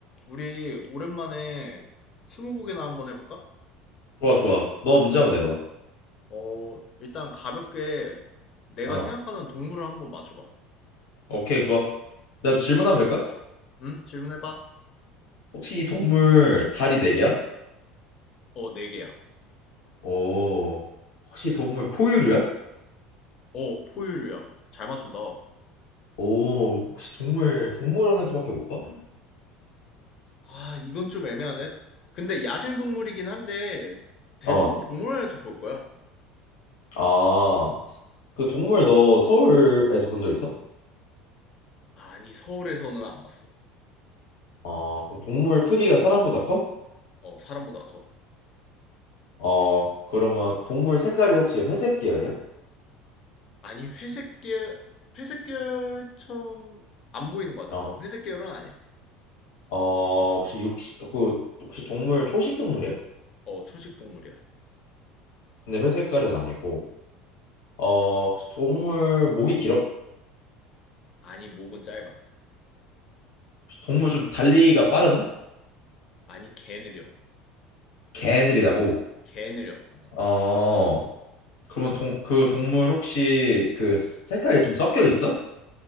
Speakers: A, on the left (about 45°); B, on the left (about 85°).
A: 우리 오랜만에 스무고개나 한번 해볼까?
B: 좋아, 좋아. 너 문제 한번 내봐.
A: 어, 일단 가볍게 내가
B: 어.
A: 생각하는 동물을 한번 맞춰봐.
B: 오케이, 좋아. 나 질문하면 될까?
A: 응? 질문해봐.
B: 혹시 이 동물 다리 네 개야?
A: 어, 네 개야.
B: 오. 혹시 동물 포유류야?
A: 어, 포유류야. 잘 맞춘다.
B: 오, 혹시 동물 동물원에서밖에 못 봐?
A: 아, 이건 좀 애매하네. 근데 야생 동물이긴 한데 대부분
B: 어.
A: 동물원에서 볼 거야.
B: 아, 그 동물 너 서울에서 본 적 있어?
A: 아니, 서울에서는 안 봤어.
B: 어, 그럼 동물 크기가 사람보다 커?
A: 어, 사람보다 커.
B: 어, 그러면 동물 색깔이 혹시 회색 계열이야?
A: 아니, 회색 계열, 회색 계열처럼 안 보이는 것 같아.
B: 어.
A: 어, 회색 계열은 아니야.
B: 어, 혹시 육식, 그, 혹시 동물 초식 동물이야?
A: 어, 초식 동물이야.
B: 근데 회색깔은 아니고. 어, 혹시 동물 목이 길어?
A: 아니, 목은 짧아.
B: 동물 좀 달리기가 빠르나?
A: 아니 개 느려.
B: 개느리다고.
A: 개 느려.
B: 어, 그러면 동, 그 동물 혹시 그 색깔이 좀 섞여 있어?